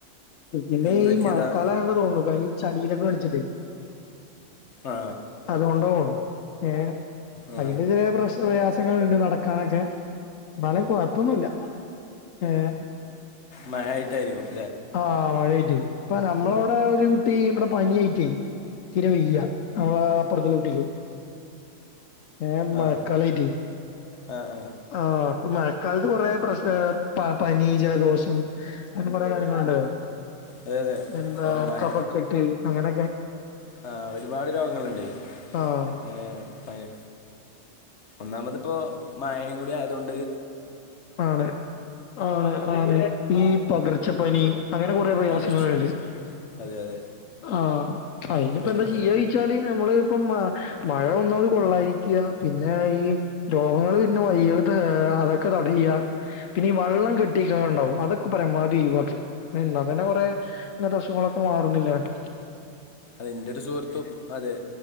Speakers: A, on the left (about 80°); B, on the left (about 60°).
A: പിന്നേ
B: എന്ത് പറ്റിയതാ
A: ഈ മഴക്കാലായോണ്ട തോന്നുണു കാരണം ഈ ചളീൽ കളിച്ചിട്ട്
B: ആ
A: അതോണ്ടാവോ ഏ
B: ആ
A: അയിന്റെ ചെറിയ പ്രശ്ന പ്രയാസങ്ങളുണ്ട് നടക്കാനൊക്കെ ന്നാലും കൊഴപ്പൊന്നുല്ല ഏ
B: മയായിട്ടായിരിക്കും
A: ആഹ് മഴായിറ്റ് ഇപ്പ നമ്മളവിടെ ഒരു കുട്ടി ഇവിടെ പനിയിറ്റയ് തീരെ വെയ്യ അവ അപ്പുറത്ത്ള്ള കുട്ടിക്ക് ഏ മഴക്കാലായിറ്റ്
B: ആ ആ ആ
A: ആഹ് മഴക്കാലത്ത് കുറെേ പ്രശ ഏ പനീ ജലദോഷം അങ്ങനെ കൊറേ കാര്യങ്ങളുണ്ടാവും
B: അതെ അതെ
A: എന്താ
B: ഇപ്പോൾ മഴ
A: കഫക്കെട്ട് അങ്ങനെക്കെ
B: ആ ഒരുപാട് രോഗങ്ങളുണ്ടയ്
A: ആഹ്
B: ഇങ്ങനേ പയ് ഒന്നാമതിപ്പോ മയയും കൂടി ആയതോണ്ട്
A: ആണ് ആണ് ആണ് ഈ പകർച്ചപ്പനി അങ്ങനെ കുറേ പ്രയാസങ്ങള്ണ്ട്
B: പകർച്ച അതെ അതെ
A: ആഹ് അയിനിപ്പോ
B: അപ്പം
A: എന്താ ചിയ്യായ്ച്ചാല് നമ്മള് ഇപ്പം മഴ മഴ ഒന്നാമത് കൊള്ളാരിക്ക പിന്നെ ഈ രോഗങ്ങൾ വര്ണ വായികളൊക്കെ അതൊക്കെ തടയ പിന്നെ ഈ വള്ളം കെട്ടിക്ക്ണത്ണ്ടാവും അതൊക്കെ പരമാവധി ഒയിവാക്ക എന്നാ പിന്ന കൊറേ നസുഖങ്ങളൊക്കെ മാറുന്നില്ലക്കാ
B: അതിന്റെ ഒരു സുഹൃത്തും അതെ